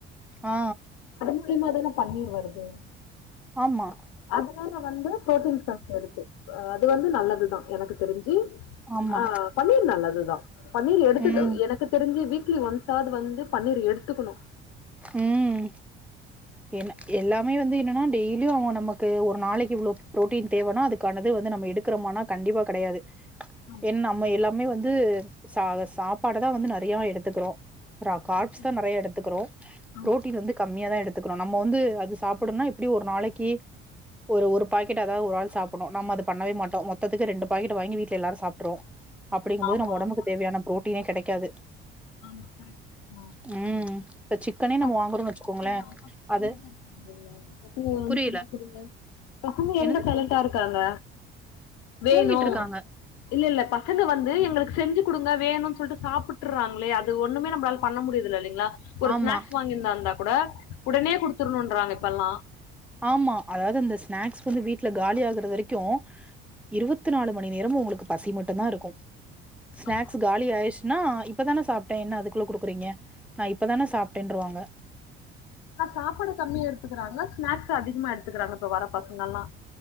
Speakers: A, in the centre; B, on the left (about 65°).
A: ஆ
B: மூல்யமாதான பன்னீர் வருது
A: ஆமா
B: அதுனால வந்து ப்ரோட்டீன் சத்து இருக்கு அது வந்து நல்லதுதா எனக்கு தெரிஞ்சு
A: ஆமா
B: ஆ பன்னீர் நல்லது தா பன்னீர் எடுத்துக
A: ம்
B: எனக்கு தெரிஞ்சு வீ க்லி ஒன்ஸாது வந்து பன்னீர் எடுத்துக்கனு
A: ம் என்ன எல்லாமே வந்து என்னனா டெய்லியு அவுங்க நமக்கு ஒரு நாளக்கி இவ்ளோ ப்ரோட்டீன் தேவனா அதுக்கானது வந்து நம்ம எடுக்குறமானா கண்டிப்பா கெடயாது
B: ஆமா
A: என் நம்ம எல்லாமே வந்து ச சாப்பாடதா வந்து நெறயா எடுத்துக்குறோ ர கார்ப்ஸ்
B: சரி
A: தா நெறய எடுத்துக்குறோ
B: ஆமா.
A: புரோட்டீன் வந்து கம்மியா தா எடுத்துக்குறோ நம்ம வந்து அது சாப்புடன்னா எப்டியு ஒரு நாளைக்கு ஒரு ஒரு பாக்கெட் அதா ஒரு ஆள் சாப்புன்னு நம்ம அத பண்ணவே மாட்டோ மொத்தத்துக்கு ரெண்டு பாக்கெட் வாங்கி வீட்ல எல்லாரு சாப்ட்ருவோ அப்டிங்கும்போது
B: ஆமா,
A: நம்ம ஒடம்புக்கு
B: ஆமா,
A: தேவயான ப்ரோ ட்டீனே கெடைக்காது
B: ஆமா கரெக்ட் ஆ
A: ம் இப்ப சிக்கனே நம்ம
B: பசங்க
A: வாங்குறோன்னு
B: எங்க
A: வச்சுக்கோங்களே
B: இருக்காங்க பசங்க
A: அது
B: அமைதியா இருக்காங்க <unintelligible> பசங்களா வந்து
A: புரியல
B: செஞ்சு குடுங்க பசங்க
A: என்னது
B: எங்க சைலன்ட்டா இருக்காங்க வேணு
A: தூங்கிட்ருக்காங்க
B: இல்லெல்ல பசங்க வந்து எங்களுக்கு செ ஞ்சு குடுங்க வேணும் சொல்ட்டு சாப்புட்டுர்றாங் களே அது ஒன்னுமே நம்பளால் பண்ண முடியதுல இல்லிங்ளா ஒரு
A: ஆமா
B: ஸ்நாக்ஸ் வாங்கியிர்ந்தாந்தா கூட உடனே குடுத்துருனுன்றாங்க இப்பல்லா
A: ஆமா அதாது அந்த ஸ்நாக்ஸ் வந்து வீட்ல காலி ஆகுற வரைக்கு இருவத்து நாலு மணி நேரமு அவுங்களுக்கு பசி மட்டுந்தா இருக்கு ஸ்நாக்ஸு
B: ஆமா.
A: காலி ஆயி ச்சுனா இப்பதானே சாப்டே என்ன அதுக்குள்ள குடுக்குறீங்க நா இப்பதான சாப்டேன்ருவாங்க
B: ஆனா சாப்பாடு கம்மியா எடுத்துக்குறாங்க ஸ்நாக்ஸ் ஸு‌ அதிகமா எடுத்துக்குறாங்க இப்ப வர பசங்கள்லா